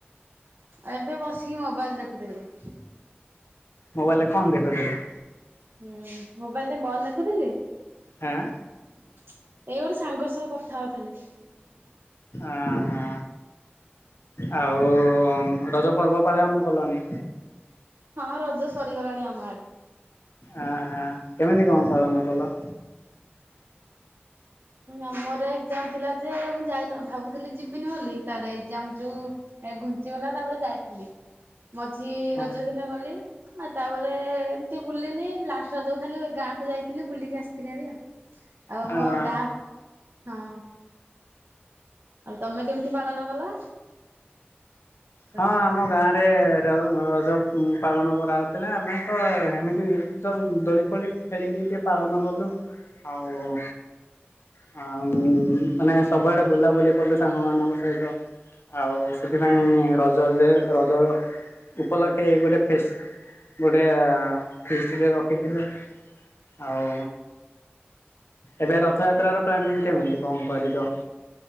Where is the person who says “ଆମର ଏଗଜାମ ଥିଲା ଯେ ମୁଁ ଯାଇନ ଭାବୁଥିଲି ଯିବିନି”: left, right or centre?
Right